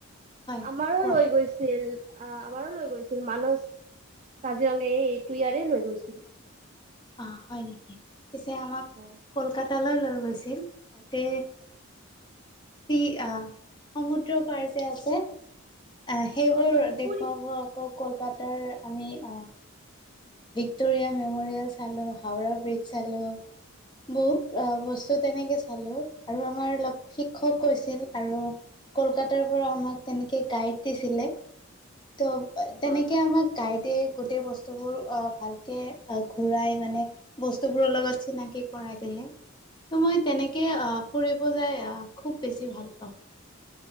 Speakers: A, on the left (about 20°); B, on the right (about 30°).
A: হয়
B: আমাৰো
A: কোৱা।
B: লৈ গৈছিল আহ আমাৰো লৈ গৈছিল মানস কাজিৰঙা এইটো ইয়াৰে লৈ গৈছিল।
A: অ হয় নেকি পিছে আমাক
B: অ
A: কলকাতা। তালৈ লৈ গৈছিল তাতে চি আহ সমুদ্ৰ পাৰ যে আছে। আহ সেইবোৰ
B: আচ্ছা
A: দেখুৱাব
B: পুৰি
A: আকৌ কলকাতাৰ আমি আহ। ভিক্টৰিয়াা মেমৰিয়েল চালো হাওৰা ব্ৰিজ চালো। বহুত বস্তু তেনেকে চালো আৰু আমাৰ অলপ শিক্ষক কৈছিল আৰু কলকাতাৰ পৰা আমাক তেনেকে গাইড দিছিলে। ত' তেনেকে
B: বা
A: আমাক গাইতে গোটেই বস্তু। বস্তুবোৰ আহ ভালকে ঘূৰাই মানে বস্তুবোৰৰ লগত চিনাকি কৰাই দিলে। ত' মই তেনেকে ফুৰিব যাই খুব বেছি ভাল পাওঁ।